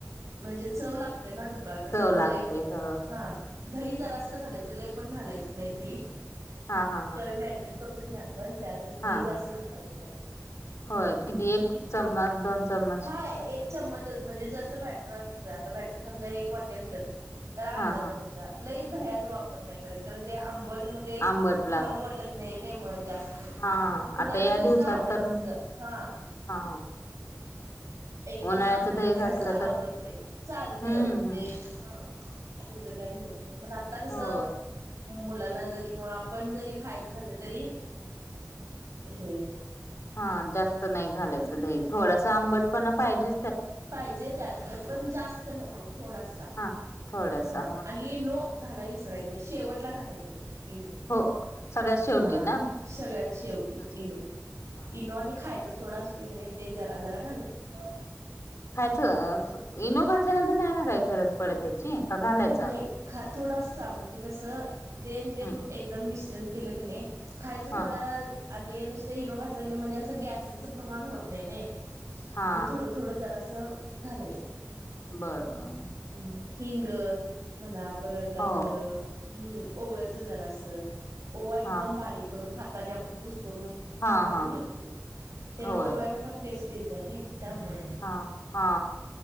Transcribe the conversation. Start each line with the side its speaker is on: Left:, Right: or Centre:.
Right: म्हणजे चव लागते ना ढोकाळा कसं
Left: चव
Right: म्हणजे
Left: लागते ह
Right: हा. दही जरासं
Left: हा
Right: घालायच लय पण घालायचं नाही दही
Left: हा हा
Right: ज्यावेळी मॅगिनेट करतो की नाही पण त्यावेळेस दही
Left: हा
Right: जास्त
Left: हा
Right: खालायचं नाही.
Left: होय किती एक चम्मच दोन चम्मच?
Right: हा एक चमचच म्हणजे जसं बॅटर अस आता बॅटर समजा एक वाटी असलं तर अर्धा
Left: हा हा
Right: चमचा लई दह्याचा वापर नाही करायच कारण ते आंबट मध्ये
Left: आंबट
Right: खाऊ
Left: लाग
Right: वाटत नाही नाही मग जास्त,
Left: हा
Right: कुणाला
Left: आता या
Right: जस
Left: दिवसात
Right: आवडेल
Left: तर
Right: तस हा.
Left: हा.
Right: एकेकांना
Left: उन्हाळ्याचं
Right: आंबट
Left: दही घातलं
Right: पण असं आवडते.
Left: तर
Right: चालतं
Left: हम्म
Right: म्हणजे
Left: हम्म
Right: हा. तीज काही होत नाही पण आता कस
Left: हो
Right: मुलांना जर किंवा आपण जरी खायचं झालं तरी हे
Left: हा जास्त नाही घालायचं दही थोडस आंबट पण पाहिजे.
Right: पाहिजे त्यात पण जास्त नको थोडासा.
Left: हा थोडासा
Right: हा आणि ईनो घालायच विसरायच नाही शेवटला घालायचं खरं. इनू
Left: हो सगळ्यात शेवटी
Right: हा
Left: ना
Right: सगळ्यात शेवटी
Left: शेवटी
Right: इनू
Left: हा
Right: इनू आणि खायचा सोडा असतोय की नाही ते जरा जरा घालायचं.
Left: खयच इनो घातल्यानंतर नाही ना काही गरज पडत. त्याची का घालायचा
Right: नाही ख थोडसा म्हणजे कस ते आणि ते
Left: हम्म
Right: एकदम मिश्रण केलं कनी खायचं
Left: हा
Right: सोडा
Left: हा
Right: आणि नुसत इनो घातल कनी म्हणजे असं गॅसचं प्रमाण होत नाही नाही.
Left: हा
Right: आपण थोडं थोडं जरा असं घालायचं.
Left: बरं
Right: हम्म हिंग म्हणा परत आपलं.
Left: हो
Right: हम्म ओव्याचं जरा असं ओवा एकदम
Left: हा
Right: बारीक करून हाताने आपण कुस करून
Left: हा
Right: घालू
Left: हा
Right: शकतोय त्यांन‌
Left: होय
Right: ओव्यान पण टेस्ट येतीय नी त्यामुळे
Left: हा हा